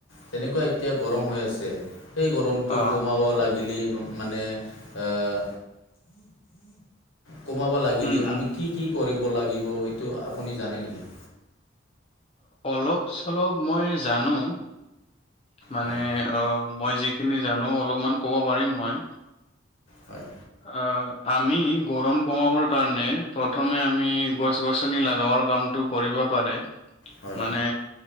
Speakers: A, on the left; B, on the left.
A: তেনেকুৱা এতিয়া গৰম হৈ আছে। সেই গৰমটো
B: অ',
A: কমাব লাগিলে মানে আহ কমাব লাগিলি
B: উম,
A: আমি
B: উম।
A: কি কি কৰিব লাগিব এইটো আপুনি জানে নেকি?
B: অলপ চলপ মই জানো। মানে
A: হয়
B: অ মই যিখিনি জানো অলপমান ক'ব পাৰিম মই।
A: হয়।
B: অ আমি গৰম কমাবৰ কাৰণে প্ৰথমে আমি গছ গছনি লাগাবৰ কাম কৰিব পাৰে।
A: হয়
B: মানে